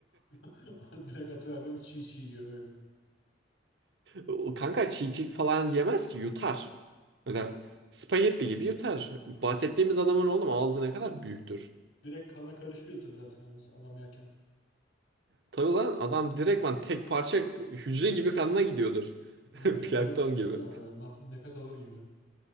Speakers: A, on the left; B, on the right.
A: <laughs> direkt atıyor adam çiğ çiğ yiyor böyle.
B: O Kanka çiğ çiğ falan yemez ki yutar. Öyle spagetti gibi yutar. Bahsettiğimiz adamın oğlum ağzı ne kadar büyüktür.
A: direkt kana karışıyordur zaten adam yerken.
B: Tabii lan adam direktman tek parça hücre
A: Böyle
B: gibi kanına gidiyordur.
A: nefes
B: <laughs> Plankton
A: alır gibi
B: gibi.
A: değil mi? Böyle naf- nefes alır gibi.